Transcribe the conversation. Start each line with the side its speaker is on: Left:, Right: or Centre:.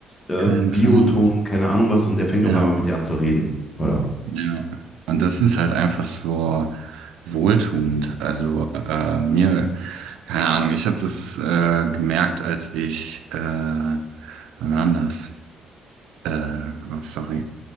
Left: äh,
Right: Kein
Left: Bioton,
Right: Plan.
Left: keine Ahnung was und der fängt
Right: Ja,
Left: auf einmal mit dir an zu reden. Oder
Right: ja. Und das ist halt einfach so wohltuend. Also äh, mir, keine Ahnung, ich habe das äh, gemerkt, als ich, äh, wann war denn das? Äh, oh, sorry,